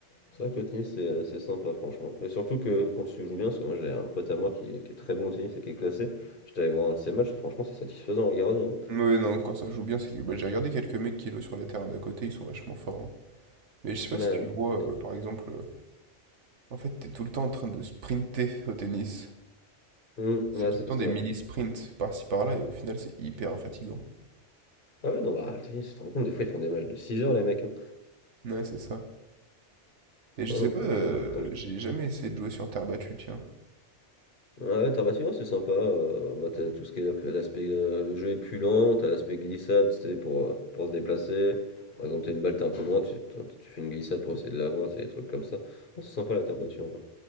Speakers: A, on the left; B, on the right.
A: C'est vrai que le tennis, c'est c'est sympa, franchement. Et surtout que quand tu joues bien, parce que moi, j'ai un pote à moi qui, qui est très bon au tennis et qui est classé, j'étais allé voir un de ses matchs, et franchement, c'est satisfaisant à regarder. Hein.
B: Mais non, quand ça joue bien, c'est que bah, j'ai regardé quelques mecs qui jouent sur les terrains d'à côté, ils sont vachement forts. hein. Mais je sais pas
A: Euh,
B: si tu vois, euh,
A: euh,
B: par exemple, euh, en fait, t'es tout le temps en train de sprinter au tennis.
A: hum,
B: C'est
A: ouais,
B: tout
A: c'est
B: le temps
A: ça.
B: des mini-sprints par-ci par-là, et au final, c'est hyper fatigant.
A: Ah oui, non, bah, le tennis, tu te rends compte, des fois, ils font des matchs de 6 heures, les mecs. hein.
B: Ouais, c'est ça. Et je
A: Non,
B: sais
A: non,
B: pas,
A: faut
B: euh,
A: être, faut être
B: j'ai jamais essayé de jouer sur terre battue, tiens.
A: Ouais, terre battue, ouais, c'est sympa. euh, bah, t'as tout ce qui est l'ap- l'aspect. euh, le jeu est plus lent, t'as l'aspect glissade, c'est pour, euh, pour se déplacer. Par exemple, t'as une balle, t'es un peu loin, tu, t'en- tu fais une glissade pour essayer de l'avoir, c'est des trucs comme ça. Non, c'est sympa la terre battue en vrai.